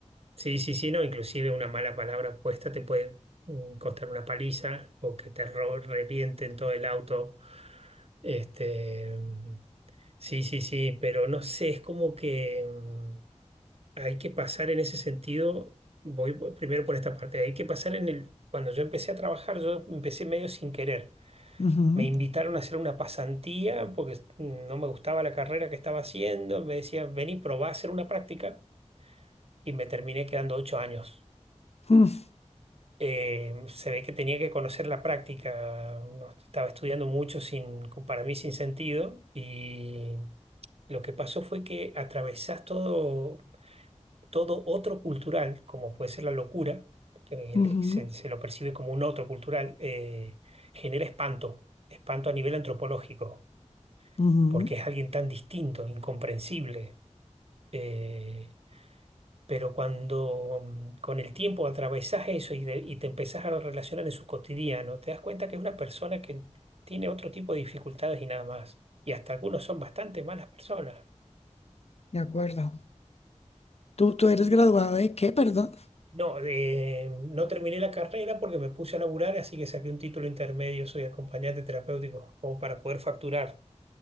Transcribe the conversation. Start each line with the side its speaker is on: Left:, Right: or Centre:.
Right: Sí, sí, sí, no, inclusive una mala palabra puesta te puede mm, costar una paliza o que te ro- revienten todo el auto. Este, mm, sí, sí, sí, pero no sé, es como que mm, hay que pasar en ese sentido, voy por- primero por esta parte, hay que pasar en el, cuando yo empecé a trabajar, yo empecé medio sin querer.
Left: Ujú,
Right: Me invitaron a hacer una pasantía porque mm, no me gustaba la carrera que estaba haciendo, me decían, vení, probá a hacer una práctica y me terminé quedando ocho años.
Left: mm,
Right: eh, se ve que tenía que conocer la práctica, no, estaba estudiando mucho sin, para mí sin sentido y lo que pasó fue que atravesás todo, todo otro cultural, como puede ser la locura, que
Left: ujú,
Right: el- se, se lo percibe como un otro cultural, eh, genera espanto, espanto a nivel antropológico,
Left: ujú,
Right: porque es alguien tan distinto, incomprensible. eh, pero cuando mm, con el tiempo atravesás eso y, de- y te empezás a relacionar en su cotidiano, te das cuenta que es una persona que tiene otro tipo de dificultades y nada más. Y hasta algunos son bastante malas personas.
Left: De acuerdo. ¿Tú, tú eres graduado de qué, perdón?
Right: No, de- no terminé la carrera porque me puse a laburar, así que saqué un título intermedio, soy acompañante terapéutico, como para poder facturar.